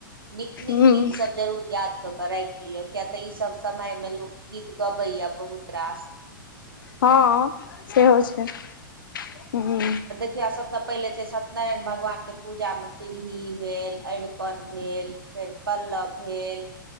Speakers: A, on the right; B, on the left.
A: नीक
B: ह
A: नीक गीत सब जरूर याद कऽ कऽ राखि लिअ किया तऽ ईसभ समय मे लोक गीत गबैया बहुत रास
B: हँ से होय छै हुं
A: किया सभ सँ पहिले छै सत्यनारायण भगवान के पूजा मे पीरही भेल अरि पन भेल फेर पल्लव भेल